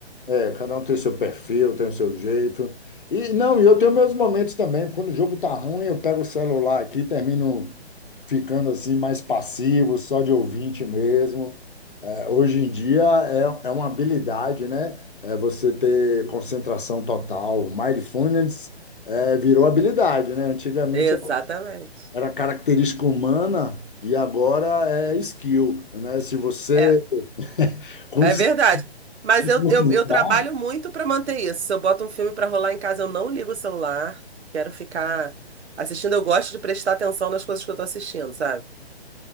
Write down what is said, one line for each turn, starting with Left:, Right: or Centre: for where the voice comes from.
Left: é, cada um tem seu perfil, tem o seu jeito. E não, e eu tenho meus momentos também. Quando o jogo tá ruim, eu pego o celular aqui, termino ficando assim mais passivo, só de ouvinte mesmo. É, Hoje em dia é, é uma habilidade, né? É você ter concentração total. Mindfulness é, virou habilidade, né? Antigamente
Right: Exatamente.
Left: era característica humana e agora é skill, né? Se você
Right: É,
Left: <laughs> conseguir
Right: É verdade. Mas
Left: se
Right: eu,
Left: concentrar,
Right: eu, eu trabalho muito para manter isso. Se eu boto um filme para rolar em casa, eu não ligo o celular. Quero ficar assistindo. Eu gosto de prestar atenção nas coisas que eu tô assistindo, sabe?